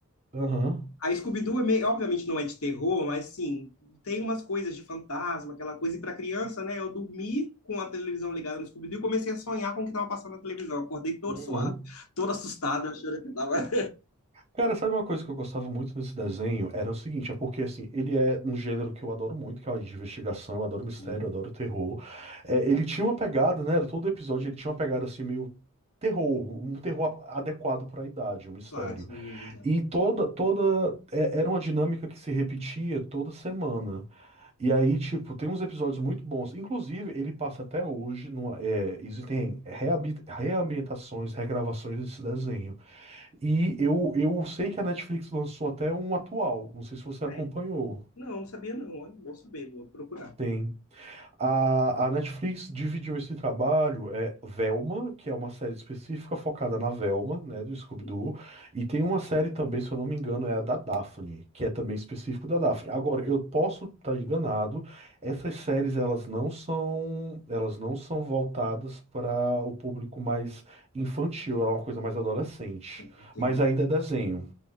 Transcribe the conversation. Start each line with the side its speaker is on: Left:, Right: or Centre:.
Right: aham,
Left: A Scooby-Doo, é meio- obviamente, não é de terror, mas sim, tem umas coisas de fantasma, aquela coisa. E para criança, né? Eu dormi com a televisão ligada no Scooby-Doo e comecei a sonhar com o que estava passando na televisão. Acordei todo
Right: uhum.
Left: suado, todo assustado, achando que estava.
Right: Cara, sabe uma coisa que eu gostava muito nesse desenho? Era o seguinte, é porque assim, ele é um gênero que eu adoro muito, que é o de investigação, eu adoro mistério,
Left: Hum,
Right: eu adoro terror. É, ele tinha uma pegada, né? era Todo episódio ele tinha uma pegada assim meio terror, um terror a- adequado para a idade, um mistério.
Left: Claro, sim, é verdade.
Right: E toda toda é, era uma dinâmica que se repetia toda semana. E aí, tipo, tem uns episódios muito bons. Inclusive, ele passa até hoje numa, é, existem reabi- reambientações, regravações desse desenho. E eu, eu sei que a Netflix lançou até um atual, não sei se você acompanhou.
Left: É? Não, não sabia, não. Olha, Bom saber, vou procurar.
Right: Tem. A, a Netflix dividiu esse trabalho, é Velma, que é uma série específica focada na Velma, né, do Scooby-Doo,
Left: Hum,
Right: e tem uma série também, se eu não me engano, é a da Daphne, que é também específico da Daphne. Agora, eu posso estar enganado, essas séries elas não são, elas não são voltadas para o público mais infantil, ela é uma coisa mais adolescente,
Left: Entendi.
Right: mas ainda é desenho.